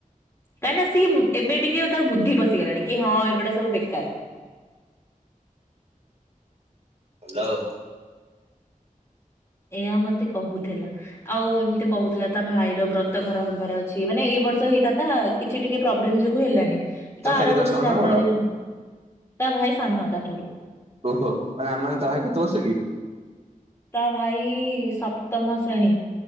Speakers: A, on the left; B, on the right.
A: କାହିଁକିନା ସିଏ ଏବେ ଟିକେ ତାର ବୁଦ୍ଧିଶିଗଲାଣି କି ହଁ ଏଗୁଡ଼ା ସବୁ ବେକାର
B: ହ୍ୟାଲୋ।
A: ଏହା ମତେ କହୁଥିଲା। ଆଉ ଏମିତି କହୁଥିଲା ତା ଭାଇର ବ୍ରତ ଘର ହବାର ଅଛି ମାନେ ଏଇ ବର୍ଷ ହେଇଥାନ୍ତା କିଛି ଟିକେ ପ୍ରୋବ୍ଲେମ ଯୋଗୁ ହେଲାନି
B: ତମ
A: ତ
B: ଭାଇ
A: ଆର
B: କେତେବେଳେ
A: ବର୍ଷ
B: ସାନ
A: ଜାନୁଆରୀରେ
B: ନା ବଡ?
A: ହ ବ। ତା ଭାଇ ସାନ ତାଠାରୁ।
B: ଓହୋ ମାନେ ଆମେ ମାନେ ତା ଭାଇ କେତେ ବର୍ଷ କି?
A: ତା ଭାଇ ସପ୍ତମ ଶ୍ରେଣୀ